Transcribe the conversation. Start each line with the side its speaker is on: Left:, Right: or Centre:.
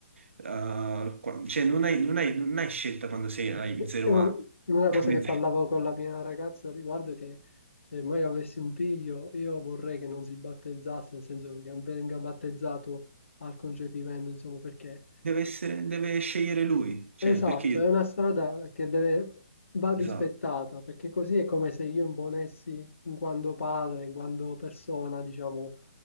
Right: eh, qua- cioè, non hai, non hai- non hai scelta quando sei, hai zero
Left: È un-
Right: anni.
Left: una cosa
Right: <laughs>
Left: che parlavo con la mia ragazza al riguardo è che se mai avessi un figlio, io vorrei che non si battezzasse, nel senso che venga battezzato al concepimento, insomma, perché.
Right: Deve essere, deve scegliere lui.
Left: Esatto,
Right: Cioè, perché io...
Left: è una strada che deve, va rispettata,
Right: Esatto.
Left: perché così è come se io imponessi in quanto padre, in quanto persona, diciamo,